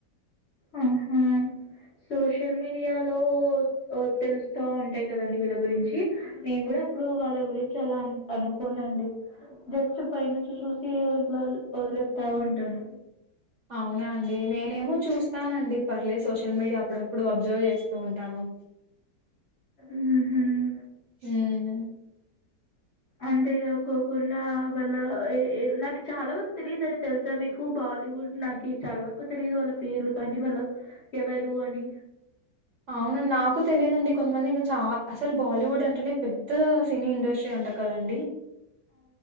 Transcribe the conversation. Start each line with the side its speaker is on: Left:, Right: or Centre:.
Left: ఆహా సోషల్ మీడియాలో ఒఓ తెలుస్తా ఉంటాయి కదండి వీళ్ళ గురించి నేన్ గూడా అప్పుడు వాళ్ళ గురించి అలా అ అనుకోనండి జస్ట్ పై నుంచి చూసి ఇట్లా వదిలేస్తా ఉంటాను
Right: అవునా అండి నేనేమో చూస్తానండి పర్లే సోషల్ మీడియా అప్పుడప్పుడు అబ్జర్వ్ జేస్తూ ఉంటాను
Left: మ్మ్ మ్మ్
Right: మ్మ్
Left: అంతేగాకోకుండా వల్ల ఎ ఎ నాకు చాలా వరకు తెలియదుని తెలుసా మీకు బాలీవుడ్ నాచ్ కీ చాలా వరకు తెలియదు వాళ్ళ పేర్లు గాని వాళ్ళ ఎవరు అని
Right: అవునండి నాకు తెలియదండి కొంతమంది ఇంకా చాల్ అసలు బాలీవుడ్ అంట్ అంటనే పెద్ద సినీ ఇండస్ట్రీ అంట కదండి